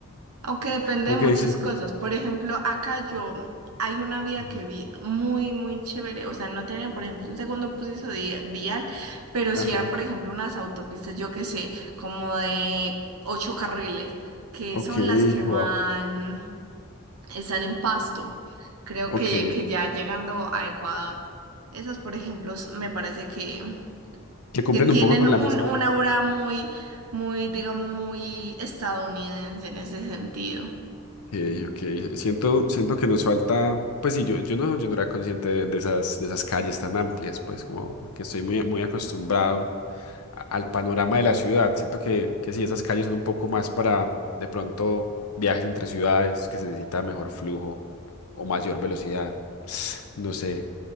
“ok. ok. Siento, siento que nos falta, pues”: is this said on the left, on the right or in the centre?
Left